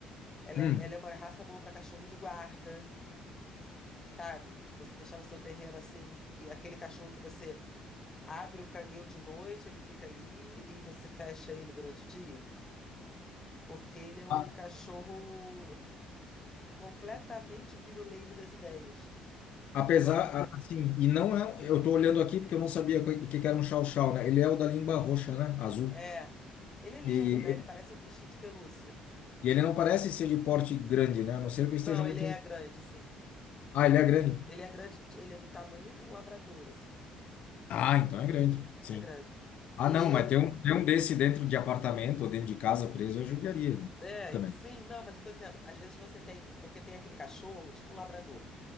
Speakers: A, on the left; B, on the left.
A: Ela
B: Hum.
A: é, ela é uma raça boa pra cachorro de guarda, sabe? De Você deixar no seu terreno assim, e aquele cachorro que você abre o canil de noite, ele fica ali e você fecha ele durante o dia. Porque ele é um
B: A-
A: cachorro completamente biruleibe das ideias.
B: Apesar,
A: O negócio
B: a- assim, e não é. um, Eu tô olhando aqui porque eu não sabia o que que era um chow-chow, né? Ele é o da língua roxa, né? Azul.
A: é. Ele é lindo,
B: E,
A: né? Ele parece um bichinho de pelúcia.
B: e ele não parece ser de porte grande, né? A não ser que eu
A: Não,
B: esteja muito.
A: ele é
B: Em...
A: grande, sim.
B: Ah, ele é grande.
A: Ele é grande, ele é do tamanho de um labrador, assim.
B: Ah, então é grande. Sim.
A: É grande.
B: Ah,
A: E
B: não,
A: ele
B: mas ter um, ter um desse dentro de apartamento ou dentro de casa preso é judiaria, né?
A: É,
B: Também.
A: sim, não, mas eu tô dizendo, às vezes você tem, porque tem aquele cachorro, tipo um labrador,